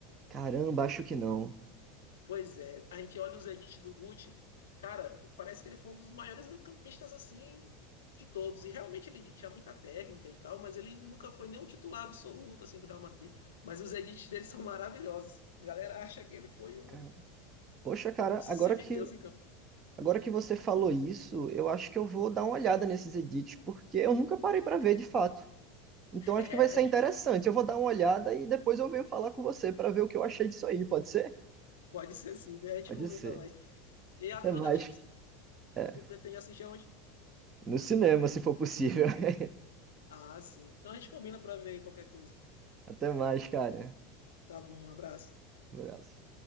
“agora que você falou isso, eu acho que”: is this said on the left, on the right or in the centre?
Right